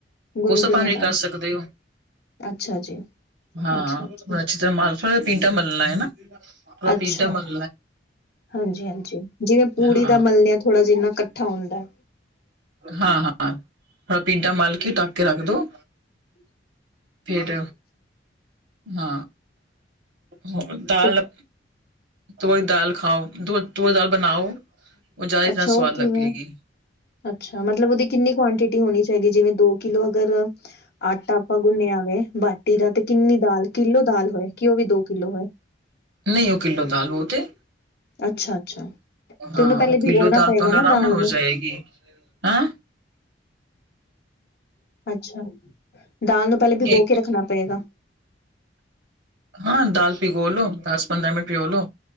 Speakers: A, on the left (about 55°); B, on the right (about 70°).
A: ਗੁਨਗੁਨੇ
B: ਕੋਸਾ ਪਾਵੇਂ
A: ਨਾਲ
B: ਕਰ ਸਕਦੇ ਹੋ
A: ਅੱਛਾ ਜੀ
B: ਹਾਂ
A: ਅੱਛਾ ਅੱਛਾ।
B: ਅੱਛੀ ਤਰ੍ਹਾਂ ਮਲ ਪੀਟਾ ਮਲ ਲ ਹੈ ਨਾ ਮਾੜਾ
A: ਅੱਛਾ
B: ਪੀਟਾ ਮਲ
A: ਹਾਂਜੀ ਹਾਂਜੀ ਜਿਵੇਂ ਪੂੜੀ
B: ਹਾਂ
A: ਦਾ ਮਲ ਨੇ ਥੋੜ੍ਹਾ ਜਿਆ ਇਕੱਠਾ ਹੁੰਦਾ
B: ਹਾਂ ਹਾਂ ਪੀਡਾ ਮਲ ਕੇ ਢੱਕ ਕੇ ਰੱਖ ਦੋ
A: ਹ
B: ਫੇਰ ਹਾਂ ਹੋ ਦਾਲ
A: ਤੇ
B: ਤੋ ਦੀ ਦਾਲ ਖਾਓ ਦ ਤੋ ਦਾਲ ਬਣਾਓ ਉਹ ਜ਼ਿਆਦਾ ਹੀ
A: ਅੱਛਾ
B: ਜ਼ਿਆਦਾ
A: ਉਹ
B: ਸਵਾਦ ਲੱਗੇਗੀ
A: ਕਿਵੇਂ? ਅੱਛਾ ਮਤਲਬ ਉਹਦੀ ਕਿੰਨੀ ਕੁਆਂਟਿਟੀ ਹੋਣੀ ਚਾਹੀਦੀ ਜਿਵੇਂ ਦੋ ਕਿਲੋ ਅਗਰ ਆਟਾ ਆਪਾਂ ਗੁੰਨਿਆ ਵੇ ਬਾਟੀ ਦਾ ਤੇ ਕਿੰਨੀ ਦਾਲ ਕਿੱਲੋ ਦਾਲ ਹੋਏ ਕਿ ਉਹ ਵੀ ਦੋ ਕਿੱਲੋ ਹੋਏ
B: ਨਹੀਂ ਉਹ ਕਿੱਲੋ ਦਾਲ ਬਹੁ ਤੇ
A: ਅੱਛਾ ਅੱਛਾ ਤੇ
B: ਹਾਂ
A: ਉਹਨੂੰ ਪਹਿਲੇ
B: ਉਹ
A: ਭਿਗੋਣਾ
B: ਕਿਲੋ ਦਾਲ
A: ਪਏਗਾ
B: ਤਾਂ ਉਹ ਨੂੰ ਆਰਾਮ
A: ਦਾਲ
B: ਨਾ ਹੋ
A: ਨੂੰ
B: ਜਾਏਗੀ ਹੈਂ
A: ਅੱਛਾ ਦਾਲ ਨੂੰ ਪਹਿਲੇ ਭਿਗੋ
B: ਇੱਕ
A: ਕੇ ਰੱਖਣਾ ਪਏਗਾ
B: ਹਾਂ ਦਾਲ ਭਿਗੋ ਲੋ ਦਸ ਪੰਦਰਾਂ ਮਿੰਟ ਭਿਗੋ ਲੋ